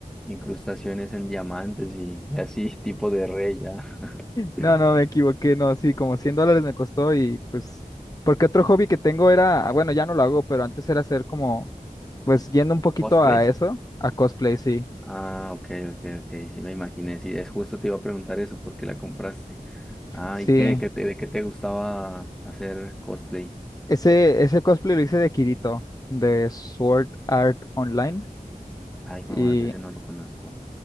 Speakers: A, in the centre; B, on the left (about 25°).
A: incrustaciones en diamantes y, y así, <laughs> tipo de rey ya. <laughs>
B: No, no, me equivoqué, no, sí, como 100 dólares me costó y pues... Porque otro hobby que tengo era, ah, bueno, ya no lo hago, pero antes era hacer como Pues yendo un poquito
A: ¿Cosplays?
B: a eso, a cosplay, sí.
A: Ah, ok, ok, ok, sí me imaginé. Sí, es justo te iba a preguntar eso, ¿por qué la compraste? Ah,
B: Sí.
A: ¿y qué, de qué te, de qué te gustaba hacer cosplay?
B: Ese, ese cosplay lo hice de Kirito, de Sword Art Online.
A: Ay, hijo
B: Y
A: de madre, ese no lo conozco.